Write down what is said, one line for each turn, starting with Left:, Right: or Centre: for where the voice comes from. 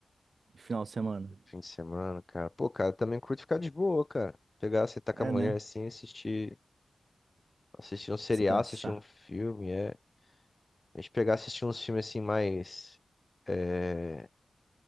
Right: de final de semana?
Left: Fim de semana, cara. Pô, cara, também curto ficar de boa, cara. Pegar, você tá com
Right: É,
Left: a mulher
Right: né?
Left: assim, assistir, assistir um seriado,
Right: Descansar.
Left: assistir um filme, é. A gente pegar, assistir uns filmes assim mais, é,